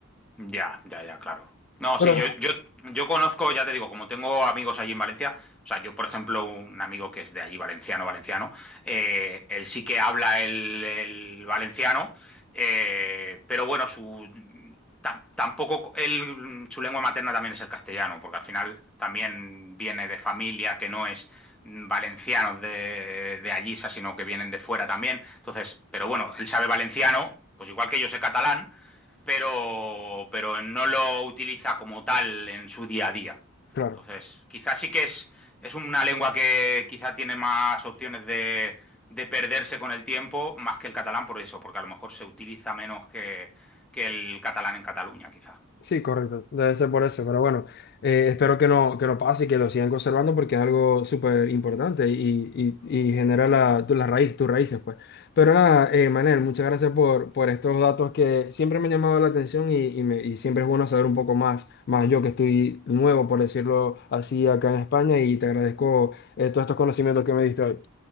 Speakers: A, in the centre; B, on the left.
A: Ya, ya, ya, claro. No,
B: Pero,
A: sí, yo, yo, yo conozco, ya te digo, como tengo amigos allí en Valencia, o sea, yo, por ejemplo, un amigo que es de allí, valenciano, valenciano, eh, él sí que habla el, el valenciano, eh, pero bueno, su, ta- tampoco, él, su lengua materna también es el castellano, porque al final también viene de familia que no es mm, valencianos de, de allí, o sea, sino que vienen de fuera también. Entonces, pero bueno, él sabe valenciano, pues igual que yo sé catalán pero, pero no lo utiliza como tal en su día a día.
B: claro.
A: Entonces, quizás sí que es, es una lengua que quizá tiene más opciones de, de perderse con el tiempo, más que el catalán por eso, porque a lo mejor se utiliza menos que, que el catalán en Cataluña, quizá.
B: Sí, correcto. Debe ser por eso. Pero bueno, eh, espero que no, que no pase y que lo sigan conservando porque es algo súper importante y, y, y genera la, tu- la raíz, tus raíces, pues. Pero nada, eh, Manel, muchas gracias por, por estos datos que siempre me han llamado la atención y, y me- y siempre es bueno saber un poco más, más yo que estoy nuevo, por decirlo así, acá en España y te agradezco eh, todos estos conocimientos que me diste hoy.